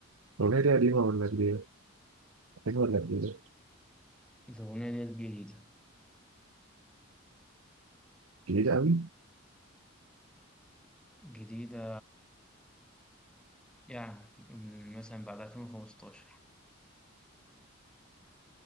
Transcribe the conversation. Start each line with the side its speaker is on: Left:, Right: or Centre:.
Right: الأغنية دي قديمة ولا جديدة؟ قديمة ولا جديدة؟
Centre: الأغنية ديت جديدة
Right: جديدة أوي
Centre: جديدة يعني من مثلا بعد 2015